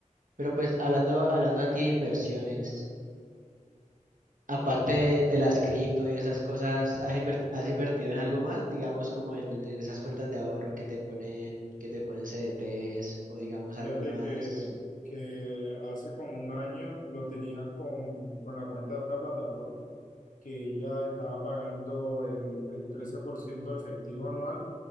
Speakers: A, on the right; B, on the left.
A: Pero pues hablando, hablando aquí de inversiones. Aparte de, de las cripto y esas cosas, ¿has inver- has invertido en algo más? Digamos como en, en esas cuentas de ahorro que te ponen, que te ponen CDTs o digamos
B: Fíjate
A: algo más.
B: que, que hace como un año lo tenía con, con la cuenta de una plataforma que ella estaba pagando el, el 13% efectivo anual,